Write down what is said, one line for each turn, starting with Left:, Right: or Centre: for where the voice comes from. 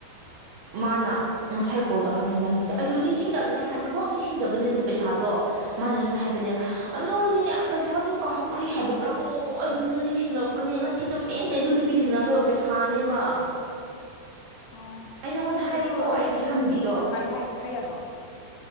Right: ꯃꯥꯅ ꯉꯁꯥꯏ ꯀꯣꯜ ꯇꯧꯔꯝꯃꯦ ꯂꯝꯕꯤꯗ ꯑꯩꯗꯣ ꯅꯤꯡꯁꯤꯡꯗꯕꯅꯦ ꯍꯟꯕꯐꯥꯎ ꯅꯤꯡꯁꯤꯡꯗꯕꯅꯦ ꯑꯗꯨ ꯄꯩꯁꯥꯗꯣ ꯃꯥꯅ ꯁꯨꯃꯥꯏ ꯍꯥꯏꯕꯅꯦꯕ ꯅꯣꯅꯦ ꯄꯩꯁꯥꯗꯨ ꯀꯥꯎꯈ꯭ꯔꯦ ꯍꯥꯏꯕ ꯑꯔꯣ ꯑꯩ ꯑꯗꯨꯗꯨꯗꯅꯤ ꯅꯤꯡꯁꯤꯡꯉꯛꯄ ꯄꯅꯦ ꯉꯁꯤꯗꯣ ꯃꯦꯟꯗꯤ ꯑꯗꯨ ꯅꯨꯄꯤ ꯊꯦꯡꯅꯕꯗꯣ ꯄꯩꯁꯥꯅꯦꯕ
Left: ꯑꯣ
Right: ꯑꯩ ꯅꯪꯉꯣꯟꯗ ꯍꯥꯏꯌꯦꯀꯣ
Left: ꯑꯗꯨ
Right: ꯑꯩꯒꯤ
Left: ꯍꯌꯦꯡꯗꯤ
Right: ꯁꯝꯒꯤꯗꯣ
Left: ꯉꯥꯏꯌꯣ ꯍꯥꯏ ꯍꯥꯏꯌꯥꯗ꯭ꯔꯣ